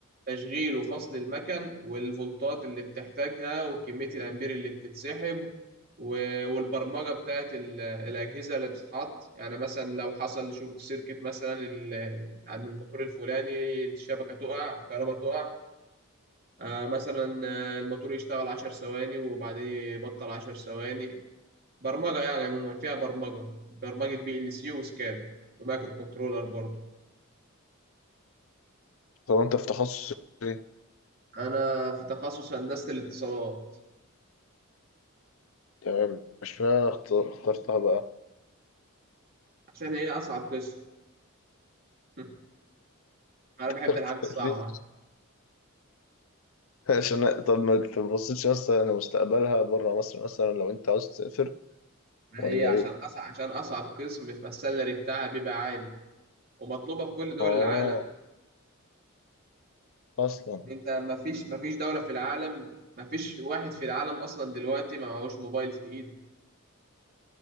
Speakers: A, on the right; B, on the left.
A: تشغيل وفصل المكن والفولتات اللي بتحتاجها وكمية الامبير اللي بتتسحب و- والبرمجة بتاعت ال- الأجهزة اللي بتتحط يعني مثلا لو حصل شورت سيركت مثلا ال- عند الموتور الفلاني الشبكة تقع الكهرباء تقع آه، مثلا آه، الموتور يشتغل عشر ثواني وبعدين يبطل عشر ثواني برمجة يعني عموما فيها برمجة برمجة بي ال سي وسكادا ومايكرو كنترولر برضه
B: طب أنت في تخصص إيه؟
A: أنا في تخصص هندسة الاتصالات
B: تمام مش معنى أنا اخت- اخترتها بقى
A: عشان هي أصعب قسم <laughs> أنا بحب
B: <laughs>
A: الحاجة الصعبة
B: ليه؟ <laughs> عشان طب ما تبصيتش مثلا لمستقبلها بره مصر مثلا لو انت عاوز تسافر
A: هي
B: ولا
A: عشان
B: ايه؟
A: أصعب عشان أصعب قسم فالسالري بتاعها بيبقى عالي ومطلوبة في كل دول
B: اه
A: العالم
B: اصلا
A: أنت مفيش مفيش دولة في العالم مفيش واحد في العالم أصلا دلوقتي ما معهوش موبايل في إيده